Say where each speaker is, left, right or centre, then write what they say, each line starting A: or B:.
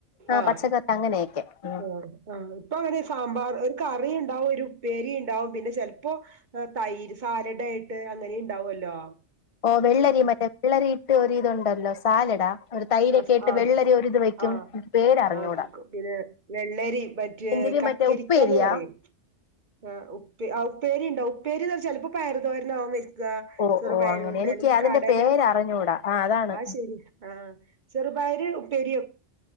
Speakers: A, on the left; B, on the right.
A: ആ
B: ആഹ
A: പച്ചക്കറി അങ്ങനെയൊക്കെ ഉം
B: ആ ആഹ് ഇപ്പൊ അങ്ങനെ സാമ്പാർ ഒരു കറി ഉണ്ടാവും ഒരു ഉ പേരി ഉണ്ടാവും പിന്നെ ചിലപ്പോൾ തൈര് സാലഡ് ആയിട്ട്അങ്ങനെ ഉണ്ടാവുമല്ലോ
A: ഓ വെള്ളരി മറ്റേ വെള്ളരി ഇട്ട് ഒരിതുണ്ടല്ലോ സാലഡാ ഒരു തൈരൊക്കെ
B: ആ
A: ഇട്ട്
B: ആ
A: വെള്ളരി ഒരിത് വെക്കും
B: ആ
A: എനിക്ക് പേരറിഞ്ഞൂടാ
B: ആ പിന്നെ വെള്ളരി മറ്റേ
A: എന്തിര്
B: കക്കരിക്കന്ന്
A: മറ്റേ ഉപ്പേരിയാ
B: പറയും ആ ഉപ്പ ഉപ്പേരി ഉണ്ടാകുംഉപ്പേരിന്ന് പറ ചിലപ്പോ പയർ തോരൻ ആവാൻ വ
A: ഓ
B: ചെറുപയരുണ്ട്
A: ഓ അങ്ങനെ എനിക്ക്
B: അല്ലെങ്കിൽ
A: അതിന്റെ
B: കടല
A: പേരറിഞ്ഞൂടാ അതാണ്
B: ആ ശരി ആഹ ചെറുപയർ ഉപ്പേരി